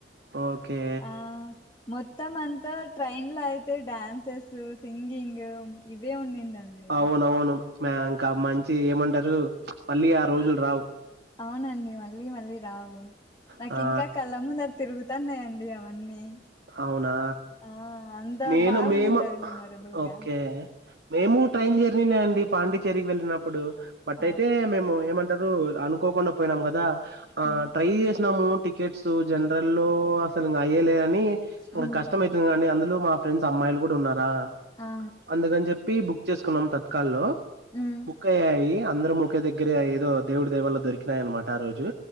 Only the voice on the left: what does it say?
ఆ మొత్తం అంత ట్రైన్లో అయితే డడాన్సెస్ సింగింగ్ ఇవే ఉందండి
అవునండి మళ్ళీ మళ్ళీ రావు నాకు
ఇంకా కళ్ళ ముంద తిరుగుతున్నాయండి అవన్నీ
ఆ అంతా
బాగుండింది
అది మెమొరబుల్
గా
ఆ
ఆ
ఉమ్
ఆ
ఉమ్